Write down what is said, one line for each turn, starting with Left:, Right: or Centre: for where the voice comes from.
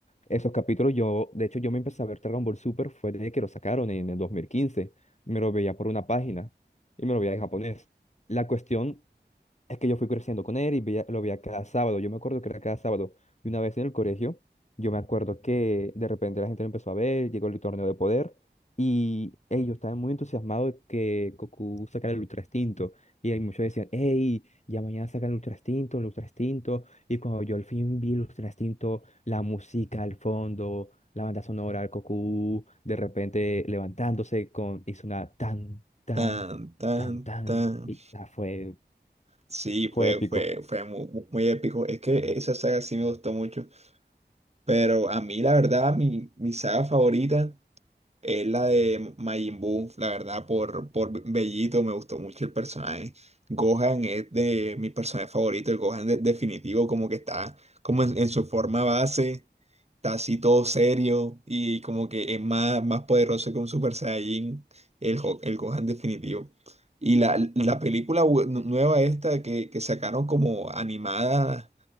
Left: esos capítulos. Yo, de hecho, yo me empecé a ver Dragon Ball Super fue desde que lo sacaron en el dos mil quince Me lo veía por una página y me lo veía en japonés. La cuestión es que yo fui creciendo con él y veía- lo veía cada sábado. Yo me acuerdo que era cada sábado. Y una vez en el colegio, yo me acuerdo que de repente la gente lo empezó a ver, llegó el torneo de poder y ellos estaban muy entusiasmados de que Goku sacara el Ultra Instinto. Y ahí muchos decían, hey, ya mañana sacan el Ultra Instinto, el Ultra Instinto. Y cuando yo al fin vi el Ultra Instinto, la música al fondo, la banda sonora, el Goku de repente levantándose con, hizo una tan, tan,
Right: Tan, tan,
Left: tan, tan.
Right: tan.
Left: Y ya fue.
Right: Sí, fue,
Left: Fue épico.
Right: fue, fue mu- mu- muy, épico. Es que esa saga sí me gustó mucho. Pero a mí, la verdad, mi, mi saga favorita es la de Majin Buu. La verdad, por, por Bellito me gustó mucho el personaje. Gohan es de mi personaje favorito, el Gohan de- definitivo, como que está como en, en su forma base está así todo serio y como que es más, más poderoso que un Super Saiyajin, el, Ho- el Gohan definitivo. Y la, la película bu- nu- nueva esta que, que sacaron como animada,